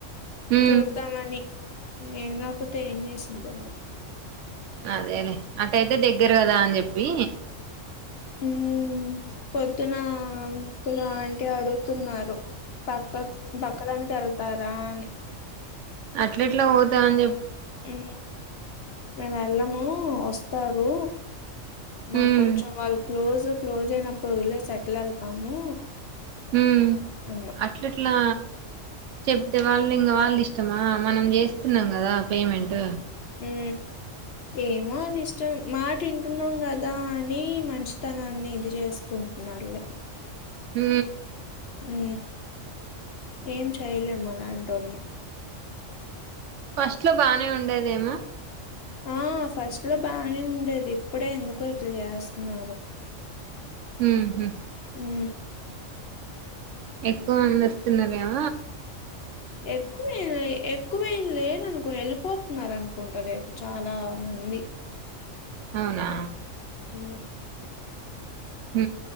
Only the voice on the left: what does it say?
చూద్దాం అని ఏం ఆపితే ఏం చేస్తుంది మరి
ఉ పొద్దున అంకుల్లాంటి అడుగుతున్నారు బక బకలు అ తర తరాని
ఆ మేము వెళ్ళము వస్తారు మాకు
కొంచెం వాళ్ళు క్లోజ్ క్లోజ్ అయినప్పుడు వదిలే సెటిల్ వెళ్తాము
అన్నా
ఏ ఏమో అల్ ఇష్ట మా తింటున్నాం కదా అని మంచితనాన్ని ఇది చేసుకుంటున్నారు
ఉ ఏం చేయలేమ్మా అలాంటి వాని
ఆ ఫస్ట్ లో బానే ఉండేది ఇప్పుడే ఎందుకో ఇట్లా చేస్తున్నారు
అ
ఎక్కువ మ ఎక్కువవ లే అనుకు వెళ్ళిపోతున్నారు అనుకుంటారు రేపు చాలా మంది
హ